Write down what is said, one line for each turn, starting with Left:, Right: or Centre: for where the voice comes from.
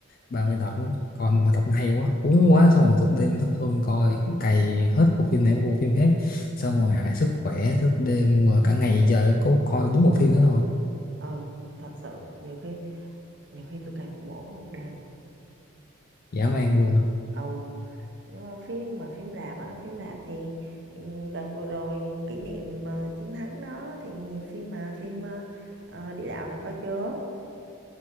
Left: 30 tập á. coi một tập nó hay quá cuốn quá xong rồi thức đêm thức hôm coi cày hết bộ phim này đến bộ phim khác xong rồi hại sức khỏe thức đêm rồi cả ngày trời có coi đúng một phim đó thôi
Right: Ừ, thật sự nhiều khi nhiều khi tôi cày một bộ có một đêm mà
Left: dã man luôn
Right: ừ Ờ, phim mà phim rạp hả? Phim rạp thì ừ, đợt vừa rồi kỷ niệm ờ, chiến thắng đó thì nhiều phim mà phim ờ, ờ, địa đạo đã có chưa?